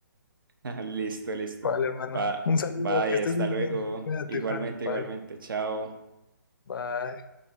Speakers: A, on the right; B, on the left.
A: <laughs> Listo, listo.
B: Vale, hermano.
A: Va,
B: Un saludo,
A: bye,
B: que estés
A: hasta
B: muy
A: luego.
B: bien. Cuídate,
A: Igualmente,
B: Juan. Bye.
A: igualmente, chao.
B: Bye.